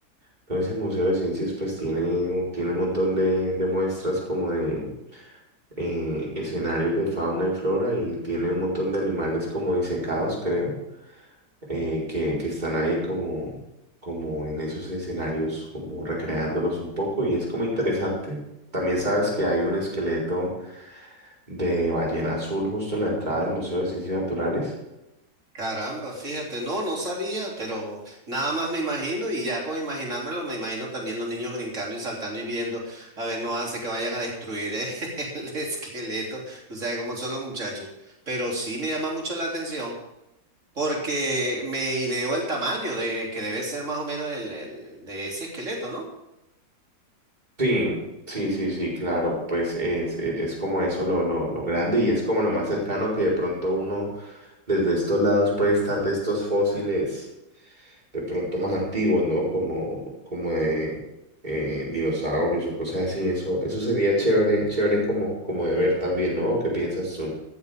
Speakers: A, on the right (about 25°); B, on the right (about 45°).
A: Entonces el Museo de Ciencias pues tiene, un- tiene un montón de, de muestras como de eh, escenarios de fauna y flora y tiene un montón de animales como disecados, creo, eh, que, que están ahí como, como en esos escenarios, como recreándolos un poco y es como interesante. También sabes que hay un esqueleto de ballena azul justo en la entrada del Museo de Ciencias Naturales.
B: Caramba, fíjate, no, no sabía, pero nada más me imagino y ya con imaginármelo me imagino también los niños brincando y saltando y viendo, a ver, no hace que vayan a destruir eh, <laughs> el esqueleto, tú sabes cómo son los muchachos, pero sí me llama mucho la atención porque me ideó el tamaño de que debe ser más o menos el, el- de ese esqueleto, ¿no?
A: Sí, sí, sí, sí, claro, pues es, e- es como eso lo, lo, lo grande y es como lo más cercano que de pronto uno desde estos lados puede estar de estos fósiles. de pronto más antiguos, ¿no? Como, como de eh, dinosaurios o cosas así. Eso, eso sería chévere, chévere como, como de ver también, ¿no? ¿Qué piensas tú?